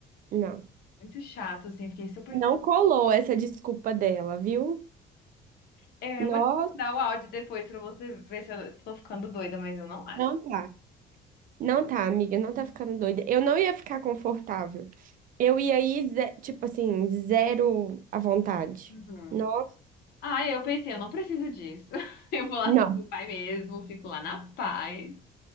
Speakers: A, on the right; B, on the left.
A: não.
B: Muito chato, assim. Fiquei super.
A: Não colou essa desculpa dela, viu?
B: É,
A: Nossa,
B: eu vou te mandar o áudio depois pra você ver se eu tô ficando doida, mas eu não acho.
A: não tá. Não tá, amiga, não tá ficando doida. Eu não ia ficar confortável. Eu ia ir, ze- tipo assim, zero à vontade.
B: Uhum.
A: Não,
B: Ah, eu pensei, eu não preciso disso. <laughs> Eu vou lá
A: não.
B: com o pai mesmo, fico lá na paz.